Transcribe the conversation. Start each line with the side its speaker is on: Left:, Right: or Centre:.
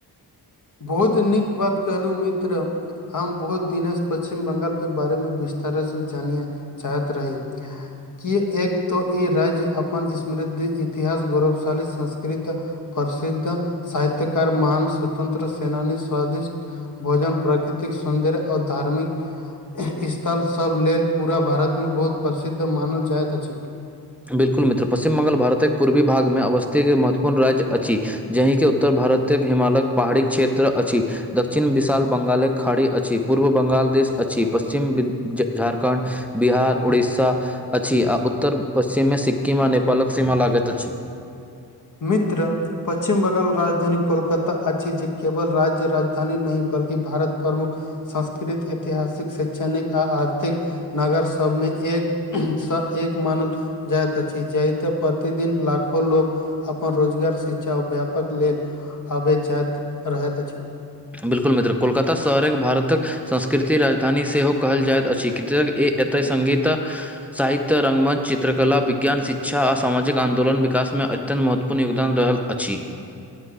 Left: बहुत नीक गप्प केलु मीत्र। हम बहुत दिने पच्चिम बंगाल के बारे मे विस्तार से जानिय चाहैत रही। के एक तऽ ई राज्य अपन समृद्धि इतिहास गौरवशाली संस्कृत। प्रसिद्ध साहित्यकार महान। स्वतंत्र सेनानी स्वादिष्ट भोजन प्राकृतिक सौन्दर्य आ धार्मिक स्थल सभ लेल पूरा भारत मे बहुत प्रसिद्ध मानल जाइत अछि।
Centre: बिल्कुल मित्र पश्चिम बंगाला भारते क पूर्वी भागमे अवस्थीके महत्वपूर्ण राज्य अछि। जहिके उत्तर भारतक हिमालयक पहाड़ी क्षेत्र अछि। दक्षिण विशाल बंगाले खाड़ी अछि पूर्व बंगाल देश अछि पश्चिम झारखण्ड बिहार ओड़सा आ उत्तर पश्चिमे सिक्किम आ नेपालक सीमा लागैत अछि।
Left: मित्र पश्चिम बंगाल राजधानी कोलकाता अछि जे केवल राज्य राजधानी नहि बल्कि भारत प्रमुख। संस्कृत ऐतिहासिक शैक्षणिक आ आर्थिक। नगर सबमे एक एक मानल। जाइत अछी जेत प्रतिदिन लाखो लोग। अपन रोजगार शिक्षा आ व्यापक लेल आबे जाइत रहैत अछि।
Centre: बिल्कुल मित्र कोलकाता शहरक भारतक संस्कृति राजधानी सेहो कहल जाइत अछि कि ई एतऽ सङ्गीत। साहित्य रङंगमञ्च चित्रकला विज्ञान शिक्षा आ सामाजिक आन्दोलन विकास मे अच्छा। अत्यनत महत्वपूर्ण योगदान दरहल अछि।